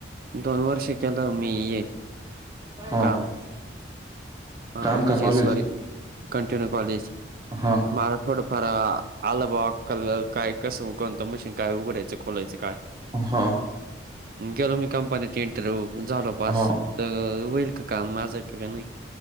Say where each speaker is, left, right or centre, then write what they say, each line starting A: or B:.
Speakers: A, on the right; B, on the right.
A: दोन वर्ष केलं मी ये
B: हा
A: काम. ह
B: काम
A: अम्जे
B: का कॉलेज
A: सॉारी कंटिन्यू कॉलेज.
B: हा
A: मला थोडंफार आलबा कल काय कसं कोणतं मशीन. काय उघडायचं खोलायचे काय.
B: हा.
A: गेलो मी कंपनीत इंटरव्ह्यू झालो पास.
B: हा
A: तर होईल का माझं का नाही.